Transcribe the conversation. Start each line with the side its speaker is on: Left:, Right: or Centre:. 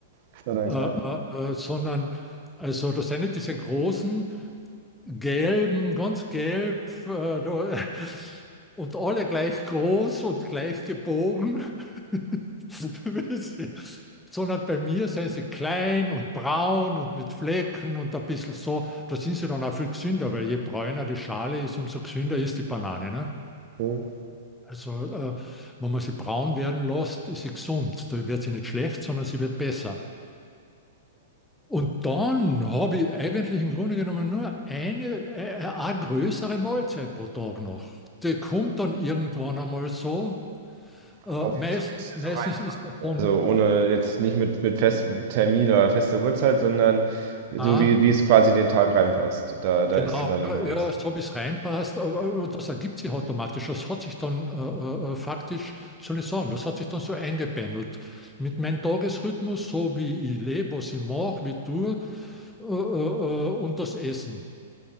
Right: Ist ja dein
Centre: äh,
Right: kleiner.
Centre: äh, äh, sondern also das sind nicht diese großen, gelben, ganz gelb äh, da- <laughs> und alle gleich groß und gleich gebogen. <laughs> sondern bei mir sind sie klein und braun und mit Flecken und ein bisschen so. Da sind sie dann auch viel gesünder, weil je bräuner die Schale ist, umso gesünder ist die Banane. Ne?
Right: Hm.
Centre: Also, äh, wenn man sie braun werden lässt, ist sie gesund. Da wird sie nicht schlecht, sondern sie wird besser. Und dann habe ich eigentlich im Grunde genommen nur eine, äh, äh, eine größere Mahlzeit pro Tag noch. Die kommt dann irgendwann einmal so. Äh,
Right: Aber wie,
Centre: meistens,
Right: so wie es dir
Centre: meistens
Right: so reinpasst.
Centre: ist das dann
Right: Also ohne jetzt nicht mit, mit festem Termin oder fester Uhrzeit, sondern so
Centre: am
Right: wie, wie es quasi den Tag reinpasst. Da, da
Centre: Genau,
Right: ist dann nochmal
Centre: ja, ja,
Right: was.
Centre: so wie es reinpasst, aber aber das ergibt sich automatisch. Das hat sich dann äh, äh, äh, faktisch, soll ich sagen, das hat sich dann so eingependelt. Mit meinem Tagesrhythmus, so wie ich lebe, was ich mache, wie ich tue äh, äh, äh, und das Essen,